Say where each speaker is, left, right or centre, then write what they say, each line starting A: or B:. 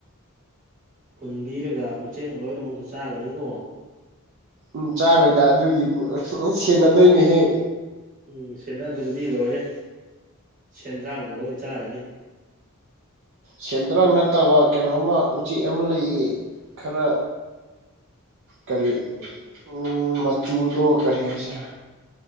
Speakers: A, on the right; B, on the right.
A: ꯍꯨꯟꯕꯤꯔꯒ ꯎꯆꯦꯛꯅ ꯂꯣꯏꯅ ꯑꯃꯨꯛꯀ ꯆꯥꯒꯅꯤꯀꯣ
B: ꯎꯝ ꯆꯥꯔꯣꯏꯗ ꯑꯗꯨꯒꯤꯕꯨ ꯂꯣꯏ ꯁꯦꯟꯅꯗꯣꯏꯅꯦꯍꯦ
A: ꯎꯝ ꯁꯦꯟꯅꯗ꯭ꯔꯗꯤ ꯂꯣꯏꯔꯦ ꯁꯦꯟꯗ꯭ꯔꯥꯡꯅ ꯂꯣꯏ ꯆꯥꯔꯅꯤ
B: ꯁꯦꯟꯗ꯭ꯔꯥꯡ ꯅꯠꯇꯕ ꯀꯩꯅꯣꯝꯃ ꯎꯆꯦꯛ ꯑꯃ ꯂꯩꯌꯦ ꯈꯔ ꯀꯔꯤ
A: ꯎꯝ
B: ꯎꯝ ꯃꯆꯨꯗꯣ ꯀꯔꯤ ꯍꯥꯏꯁꯤꯔ